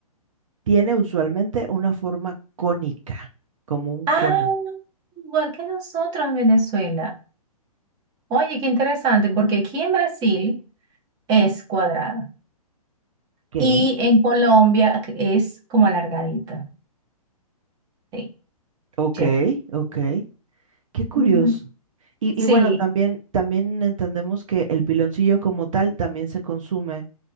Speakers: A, on the right (about 60°); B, on the right (about 20°).
A: Tiene usualmente una forma cónica, como un
B: Ah,
A: cono.
B: igual que nosotros en Venezuela. Oye, qué interesante, porque aquí en Brasil es cuadrada
A: ¿Qué?
B: y en Colombia es como alargadita. Sí,
A: Ok,
B: cierto.
A: ok. Qué curioso.
B: Ujú.
A: Y,
B: Sí,
A: y bueno, también, también entendemos que el piloncillo como tal también se consume